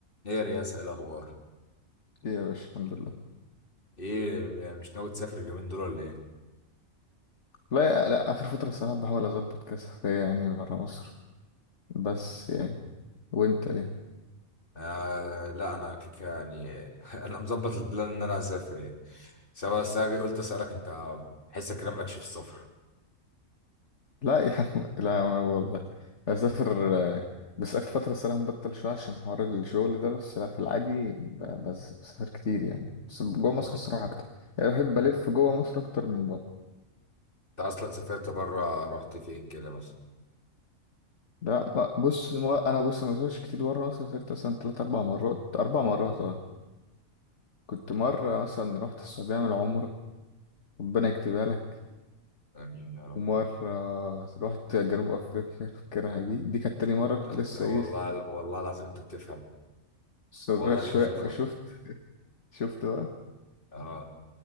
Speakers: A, on the left; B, on the left.
A: ايه يا رياسة ايه الاخبار
B: إيه يا باشا الحمد لله
A: ايه م- مش ناوي تسافر اليومين دول ولا ايه
B: لا لا اخر فتره الصراحه بحاول اظبط كسفريه يعني بره مصر بس يعني وانت ايه
A: آه لا انا كيكه يعني <laughs> انا مظبط البلان ان انا اسافر يعني سواء بس أنا قلت اسالك انت حسك كده مالكش في السفر
B: لا يا عم لا ما- والله اسافر آه، بس اخر فتره الصراحه مبطل شويه عشان حوار الشغل ده بس لا في العادي ب- بس بسافر كتير يعني بس جوه مصر
A: تمام.
B: الصراحه اكتر يعني بحب الف
A: انت
B: جوه مصر اكتر من بره
A: اصلا سافرت بره رحت فين كده مثلا
B: لا ب- بص ما- انا بص ما سافرتش كتير بره مصر سافرت مثلا تلات اربع مرات اربع مرات اه كنت مره مثلا رحت السعوديه اعمل عمره ربنا يكتبها لك
A: امين يا رب
B: ومرة رحت جنوب أفريقيا فاكرها دي دي كانت تاني مرة كنت
A: طب
B: لسه
A: والله
B: إيه
A: والله العظيم انت بتفهم
B: صغير
A: والله
B: شوية
A: انت بتفهم
B: أه، شفت شفت بقى
A: اه